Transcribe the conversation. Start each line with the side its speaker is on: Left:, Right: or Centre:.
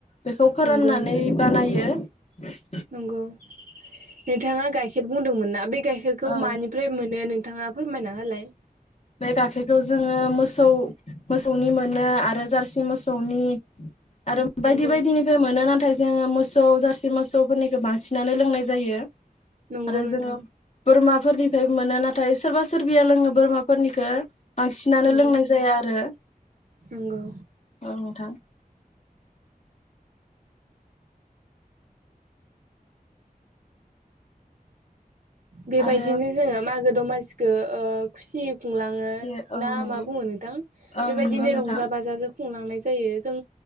Left: बेखौ फोराननानै
Right: नंगौ नोंथां
Left: बानायो। <inaudible>
Right: नंगौ नोंथाङा गाइखेर बुंदोंमोन ना बे गाइखेरखौ
Left: औ
Right: मानिफ्राय मोनो नों नोंथाङा फोरमायना हालाय?
Left: बे गाखेरखौ जोङो मोसौ मोसौनि मोनो आरो जारसि मोसौनि आरो
Right: नंगौ
Left: बायदि बायदिनिफ्राय मोनो नाथाय जोङो मो सौ जारसि मोसौफोरनिखो बांसिनानो लोंनाय जायो।
Right: नंगौ
Left: आरो
Right: नोंथां
Left: जोङो बोरमा फोरनिफ्राय मोनो नाथाय सोरबा सोरबिया लोङो बोरमा फोरनिखौ बांसिनानो
Right: नंगौ
Left: लोंनाय जाया आरो
Right: नंगौ
Left: औ नोंथां।
Right: बेबायदिनो
Left: आरो
Right: जोङो मागो दमासिखो ओ खुसि खुंलाङो
Left: फिसियो औ
Right: ना
Left: नंगौ
Right: मा बुङो नोंथां
Left: औ
Right: बेबायदिनो
Left: नंगौ नोंथां
Right: रंजा बाजाजो खुंलांनाय जायो जों